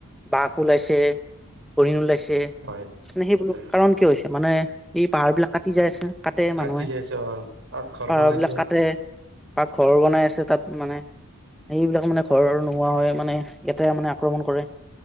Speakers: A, in the centre; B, on the right (about 55°).
A: বাঘ ওলাইছে, হৰিণ ওলাইছে।
B: হয়
A: মানে সেইবোৰ
B: হয়
A: কাৰণ কিয় হৈছে মানে এই পাহাৰ বিলাক কাটি যাই আছে কাটে
B: কাটি
A: মানুহে
B: যাইছে অ তাত ঘৰ
A: পাহাৰ
B: বনাইছে
A: বিলাক কাটে বা ঘৰ বনাই আছে তাত মানে সেইবিলাক মানে ঘৰ নোহোৱা হৈ মানে ইয়াতে মানে আক্ৰমণ কৰে।